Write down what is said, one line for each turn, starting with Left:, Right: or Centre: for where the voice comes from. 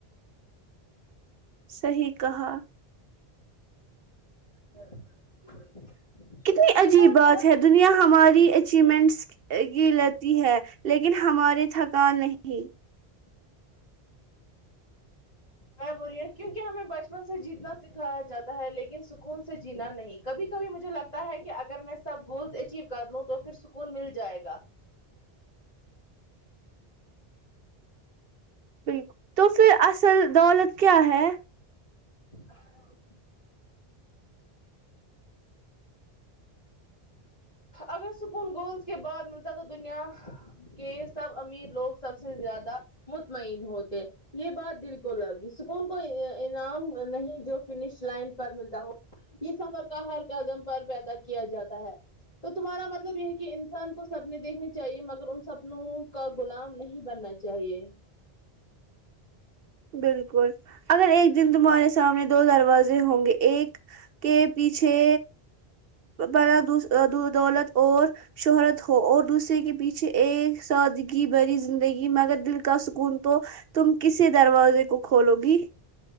Right: صحیح کہا
Left: <inaudible>
Right: کتنی عجیب
Left: فرق
Right: بات
Left: بہت
Right: ہے دنیا ہماری اچیومنٹس کی لیتی ہے لیکن ہماری تھکان نہیں
Left: <inaudible> میں بول رہی ہوں کیونکہ ہمیں بچپن سے جیتنا سکھایا جاتا ہے لیکن سکون سے جینا نہیں کبھی کبھی مجھے لگتا ہے کہ اگر میں سب گولس اچیو کر لوں تو پھر سکون مل جائے گا
Right: بالکل تو پھر اصل دولت کیا ہے
Left: آ <unintelligible> اگر سکون گولز کے بعد ملتا تو دنیا کہ سب امیر لوگ سب سے زیادہ مطمئن ہوتے یہ بات دل کو لگی سکون کوئی انعام نہیں جو فنش لائن پر ملتا ہو یہ سفر کا ہر قدم پر پیدا کیا جاتا ہے تو تمہارا مطلب یہ ہے کہ انسان کو سپنے دیکھنے چاہیے مگر ان سپنوں کا غلام نہیں بننا چاہیے
Right: بالکل اگر ایک دن تمہارے سامنے دو دروازے ہوں گے ایک کے پیچھے بڑادو دو دولت اور شہرت ہو اور دوسرے کے پیچھے ایک سادگی بھری زندگی مگر دل کا سکون تو تم کسی دروازے کو کھولو گی